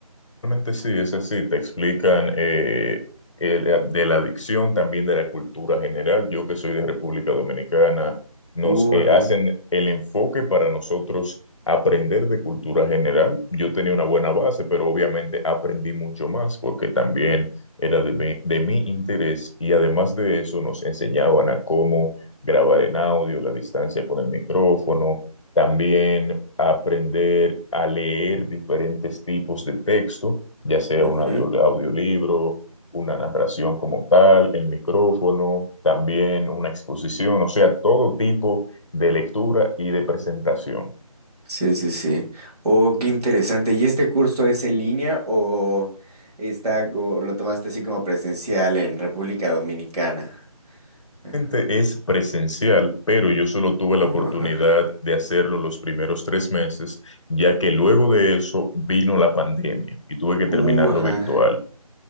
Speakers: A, on the left; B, on the right.
A: Realmente sí, es así, te explican eh, el- de la adicción, también de la cultura general. Yo que soy de República Dominicana, nos
B: Uh,
A: eh, hacen el enfoque para nosotros aprender de cultura general. Yo tenía una buena base, pero obviamente aprendí mucho más porque también era de, mi- de mi interés y además de eso nos enseñaban a cómo grabar en audio, la distancia con el micrófono. También aprender a leer diferentes tipos de texto, ya sea
B: ajá.
A: un audio- audiolibro, una narración como tal, el micrófono, también una exposición, o sea, todo tipo de lectura y de presentación.
B: Sí, sí, sí. Oh, qué interesante. ¿Y este curso es en línea o está o lo tomaste así como presencial en República Dominicana? Ajá.
A: Realmente Es presencial, pero yo solo tuve
B: Uh,
A: la oportunidad
B: ajá.
A: de hacerlo los primeros tres meses, ya que luego de eso vino la pandemia y tuve que terminarlo
B: Uh, ajá.
A: virtual.